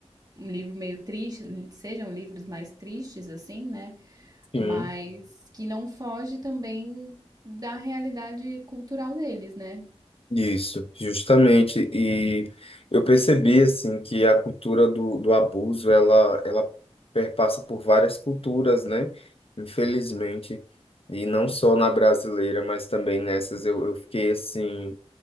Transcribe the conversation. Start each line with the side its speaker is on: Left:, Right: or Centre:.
Right: um livro meio triste, sejam livros mais tristes assim, né?
Left: Sim.
Right: Mas que não foge também da realidade cultural deles, né?
Left: Isso, justamente. E eu percebi assim que a cultura do, do abuso ela ela perpassa por várias culturas, né? Infelizmente, e não só na brasileira, mas também nessas eu, eu fiquei assim